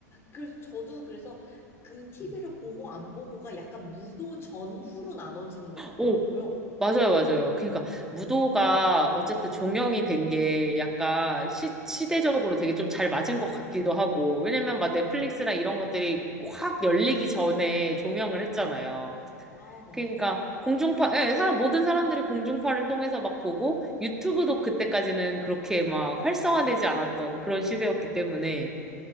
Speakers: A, on the left (about 30°); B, in the centre.
A: 그래서 저도 그래서 그 TV를
B: 음.
A: 보고 안 보고가 약간 무도 전후로 나눠지는 것 같더라고요.
B: 오, 맞아요, 맞아요. 그러니까 무도가 어쨌든 종영이 된 게 약간 시, 시대적으로 되게 좀 잘 맞은 것 같기도 하고 왜냐면 막 넷플릭스랑 이런 것들이 확 열리기 전에 종영을 했잖아요.
A: 아, 맞아,
B: 그러니까
A: 맞아.
B: 공중파, 예, 사람 모든 사람들이 공중파를 통해서 막 보고 유튜브도 그때까지는 그렇게 막 활성화되지 않았던 그런 시대였기 때문에